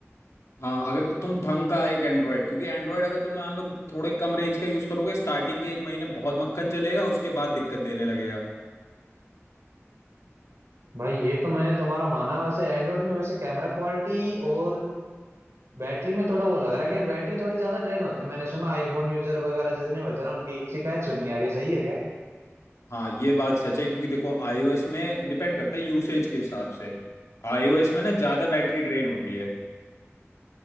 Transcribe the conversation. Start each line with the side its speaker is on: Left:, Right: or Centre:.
Left: हाँ अगर तुम ढंग का एक एंड्रॉयड क्योंकि एंड्रॉयड अगर तुम मान लो थोड़े कम रेंज का यूज़ करोगे स्टार्टिंग के एक महीने बहुत मक्खन चलेगा उसके बाद दिक्कत देने लगेगा
Right: भाई ये तो मैंने तुम्हारा माना वैसे एंड्रॉइड में वैसे कैमरा क्वालिटी और बैटरी में थोड़ा वो लग रहा है कि यार बैटरी थोड़ी ज्यादा ड्रेन होती है मैंने सुना आईफोन यूजर वगैरह जितने बचे ना उनकी शिकायत सुनी यार ये सही है क्या
Left: हाँ ये बात सच है क्योंकि देखो आईओएस में डिपेंड करता है यूसेज के हिसाब से आईओएस में ना ज़्यादा बैटरी ड्रेन होती है